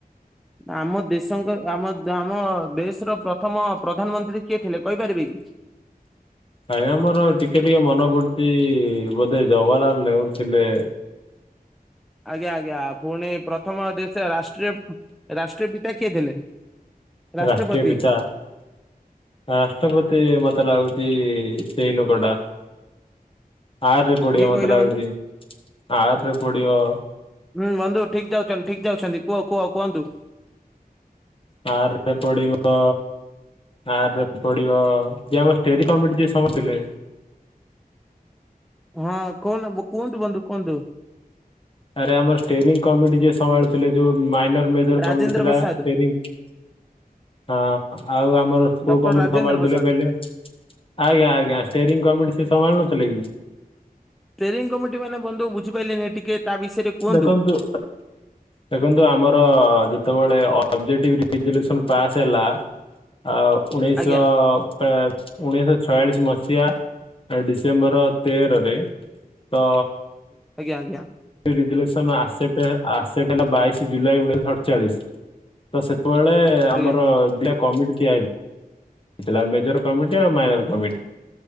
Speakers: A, in the centre; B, on the left (about 35°).
A: ଆମ ଦେଶଙ୍କ ଆମ ଆମ ଦେଶ୍ ର ପ୍ରଥମ ପ୍ରଧାନମନ୍ତ୍ରୀ କିଏ ଥିଲେ କହିପାରିବେ କି? ହ
B: ଆଜ୍ଞା ମୋର ଟିକେ ଟିକେ ମନେ ପଡ଼ୁଛି ବୋଧେ ଜବାର୍ ଲାଲ୍ ନେହୁର୍ ଥିଲେ।
A: ଆଜ୍ଞା ଆଜ୍ଞା ପୁଣି ପ୍ରଥମ ଦେ ସ ରାଷ୍ଟ୍ରୀୟ ରାଷ୍ଟ୍ରୀୟ ପିତା କିଏ ଥିଲେ? ରାଷ୍ଟ୍ରପତି
B: ରାଷ୍ଟ୍ରୀୟ ପିତା ରାଷ୍ଟ୍ରପତି ମତେ ଲାଗୁଚି ସେଇ ଲୋକଟା। ଆର୍ ରେ ପଡ଼ିବ
A: କିଏ
B: ମତେ
A: କହିଲେ
B: ଲାଗୁଚି
A: ବନ୍ଧୁ?
B: ଆର୍ ରେ ପଡ଼ିବ।
A: ହୁଁ ବନ୍ଧୁ ଠିକ୍ ଯାଉଛନ୍ତି ଠିକ୍ ଯାଉଛନ୍ତି କୁଅ କୁଅ କୁଅନ୍ତୁ।
B: ଆର୍ ରେ ପଡ଼ିବ ଆର୍ ରେ ପଡ଼ିବ ଯଏ ଆମ ଷ୍ଟେଟ୍ କମିଟି ଯିଏ ସ <unintelligible> ଥିଲେ।
A: ହଁ କନ ହବ କୁଅନ୍ତୁ ବନ୍ଧୁ କୁଅନ୍ତୁ।
B: ଆରେ ଆମର୍ ଷ୍ଟେରିଂ କମିଟି ଯିଏ ସମ୍ଭାଳୁଥିଲେ ଯୋଉ ମାଇନର୍ ମେଜର୍
A: ରାଜେନ୍ଦ୍ର
B: କମିଟି ଥିଲା
A: ପ୍ରସାଦ
B: ଷ୍ଟେରିଙ୍ଗ୍ ହଁ ଆଉ ଆମର
A: ଡକ୍ଟର
B: କଉ କମିଟି
A: ରାଜେନ୍ଦ୍ର
B: ସମ୍ଭାଳୁ
A: ପ୍ରସାଦ।
B: ଥିଲେ କହିଲେ? ଆଜ୍ଞା ଆଜ୍ଞା ଷ୍ଟେରିଂ କମିଟି ସେ ସମ୍ଭାଳୁ ନଥିଲେ କି?
A: ତେରିଂ କମିଟି ମାନେ ବନ୍ଧୁ ବୁଝିପାଇଲିନି ଟିକେ ତା ବିଷୟରେ କୁହନ୍ତୁ।
B: ଦେଖନ୍ତୁ ଦେଖନ୍ତୁ ଆମର ଯେତେବେଳେ ଅ ସବ୍ ଜେଟିବ୍ ରେଜଲୁସନ୍ ପାସ୍ ହେଲା ଆଉ ଉଣେଇଶଅ
A: ଆଜ୍ଞା
B: ପ୍ରାଏ ଉଣେଇଶଅ ଛୟାଳିଶ୍ ମସିହା ଡିସେମ୍ବର ତେରରେ ତ
A: ଆଜ୍ଞା ଆଜ୍ଞା।
B: ରେଜୁଲେସନ ଆସେପ୍ଟେ ଆସେପ୍ଟେ ହେଲା ବାଇଶି ଜୁଲାଇ ଉଣେଇଶ ସଡ଼୍ ଚାଳିଶ୍ ତ ସେ <unintelligible> ଳେ
A: ଆଜ୍ଞା
B: ଆମର ଦିଟା କମିଟି ତିଆରି ହେଇଥିଲା ମେଜର କମିଟି ଆଉ ମାଇନର କମିଟି।